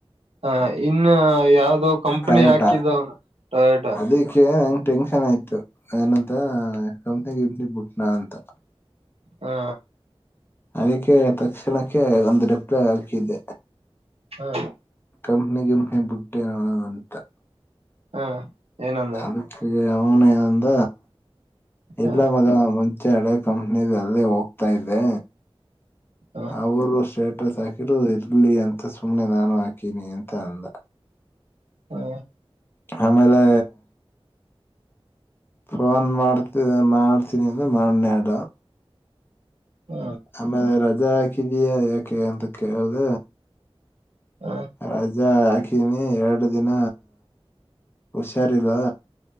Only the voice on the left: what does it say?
ಪ್ರಯೋಟ
ಅದಕ್ಕೆ ನಂಗ್ ಟೆನ್ಷನ್ ಆಯ್ತು ಏನಂತ ಕಂಪ್ನಿ ಗಂಪ್ನಿ ಬಿುಟ್ನಾ ಅಂತ
ಅದಕೆಯ ತಕ್ಷಣಕ್ಕೆ ಒಂದು ಪ್ಲೆ ಹಾಕಿದೆ
ಗಂನಿ ಗಂಪನಿ ಬಿುಟ್ಟೆನದು ಅಂತ
ಅದಕ್ಕೆ ಈ ಅವನೇ ಅಂದ ಎಡ್ಲ
ಮ ಮುಂಚೆ ಅಳೇ ಕಂಪನಿಲ್ಲೇ ಹೋಗ್ತಾ ಇದೆ
ಅವ ಸ್ಟೇಟಸ್ ಹಾಕಿರೂ ಇರ್ಲಿ ಅಂತ ಸುಮ್ನೆ ನಾನು ಹಾಕೀನಿ ಅಂತ ಅಂದ
ಆಮೇಲೆ ಫೋನ್ ಮಾಡ್ತ ಮಾಡ್ತೀನಿ ಅಂತ ಮಾಡನ ಅಡ
ಆಮೇಲೆ ಾಕಿದಯಾ ಯಾಕೆ ಅಂತ ಕೇಳ್ದ
ರಾಜಾ ಹಾಕನಿ ಎರಡು ದಿನ ಹುಷಾರಿಲ್ಲ